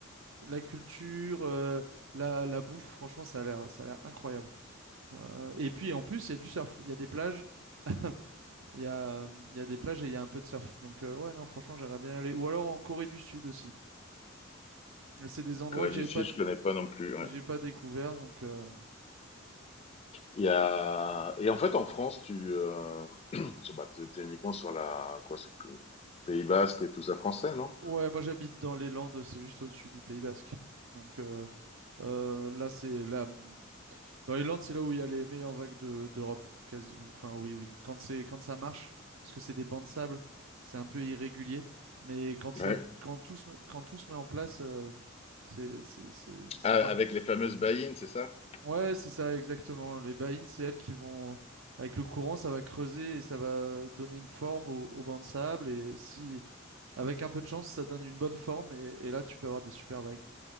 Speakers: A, on the right; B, on the left.
A: la culture, euh, la, la bouffe, franchement, ça a l'air, ça a l'air incroyable. Euh, et puis, en plus, il y a du surf. Il y a des plages. <laughs> Il y a, il y a des plages et il y a un peu de surf. Donc, euh, ouais, non, franchement, j'aimerais bien y aller. Ou alors en Corée du Sud aussi. C'est des endroits
B: Corée
A: que j'ai
B: du Sud,
A: pas, que
B: je connais pas non plus. Ouais.
A: j'ai pas découvert. Donc, euh,
B: Il y a... Et en fait, en France, tu euh... sur- bah, t'es t'es uniquement sur la quoi, c'est que- Pays Basque et tout ça français, non?
A: Ouais, moi j'habite dans les Landes, c'est juste au-dessus du Pays Basque. Donc euh, euh, là, c'est là, dans les Landes, c'est là où il y a les meilleures vagues de- d'Europe, quasi. Enfin, oui, oui. Quand c'est quand ça marche, parce que c'est des bancs de sable, c'est un peu irrégulier, mais quand ça,
B: Ouais.
A: quand tout se, met- quand tout se met en place, euh, c'est c'est c'est c'est
B: Ah,
A: par.
B: avec les fameuses baïnes, c'est ça?
A: Ouais, c'est ça exactement. Les bahines, c'est elles qui vont avec le courant, ça va creuser et ça va donner une forme aux, aux bancs de sable. Et si avec un peu de chance, ça donne une bonne forme et, et là, tu peux avoir des super vagues.